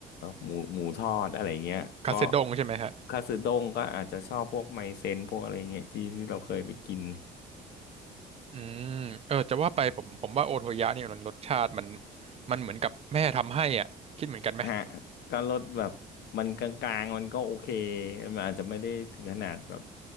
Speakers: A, on the left; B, on the right.
A: หมูหมูทอดอะไรเงี้ยก็
B: คาเซดงใช่ไหมฮะ
A: คาสึด้งก็อาจจะชอบพวกไมเซนพวกอะไรเงี้ยที่ที่เราเคยไปกิน
B: อืมเออจะว่าไปผมผมว่าโอโทยะเนี่ยมันรสชาติมันมันเหมือนกับแม่ทำให้อ่ะคิดเหมือนกันไหม
A: ฮะก็ลดแบบมันกลางๆมันก็โอเคมันอาจจะไม่ได้ถึงขนาดแบบ